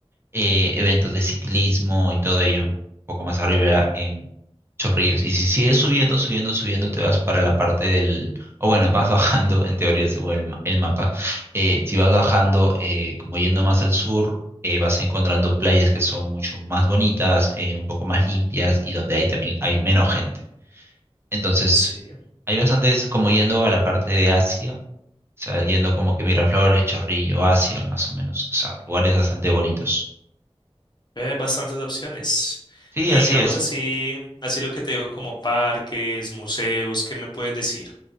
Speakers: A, on the right (about 20°); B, on the left (about 45°).
A: eh, eventos de ciclismo y todo ello, un poco más arriba en Chorrillos. Y si sigues subiendo, subiendo, subiendo, te vas para la parte del, o bueno, vas bajando en teoría según el, ma- el mapa. Eh, si vas bajando, eh, como yendo más al sur, eh, vas encontrando playas que son mucho más bonitas, eh, un poco más limpias y donde hay también hay menos gente. Entonces,
B: Sí,
A: hay bastantes como yendo a la parte de Asia. O sea, yendo como que Miraflores, Chorrillo, Asia, más o menos. O sea, lugares bastante bonitos.
B: hay bastantes opciones.
A: Sí,
B: Y
A: así
B: digamos
A: es.
B: así, así lo que te digo como parques, museos, ¿qué me puedes decir?